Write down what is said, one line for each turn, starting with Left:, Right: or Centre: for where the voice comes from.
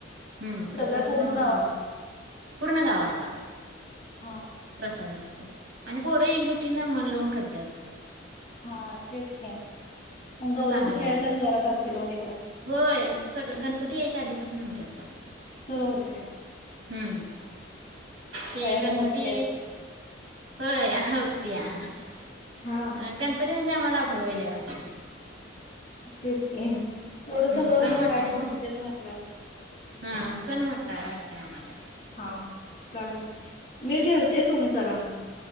Right: हम्म
Left: सगळ्या
Right: प्रसाद
Left: पूर्ण
Right: सुद्धा मोठे
Left: गावाला
Right: नत पूर्ण गावाला
Left: हा
Right: प्रसाद असतो आणि पोर एकजुटी ना मन लोन करतात
Left: हा तेच खे गौरीचा
Right: चांगलं
Left: खेळ
Right: आहे
Left: पण जोरात असत सकडे
Right: होय सग गणपती यायच्या आधीवस नव्हत्या चालू
Left: सुरू होते
Right: हम्म ते
Left: तयारी
Right: गणपती
Left: मोठी आहेल
Right: होय असतया अ
Left: हा
Right: गणपती म्हणजे आ मलापर वईले वाट
Left: तेितक एवढं सगळं
Right: सण मोठा
Left: करायचं
Right: आहे ना
Left: हौसेन म्हटल्यावर
Right: हा सण मोठा वाटतय आम्हाला
Left: हा चालते मी ठेवते तुम्ही करा मग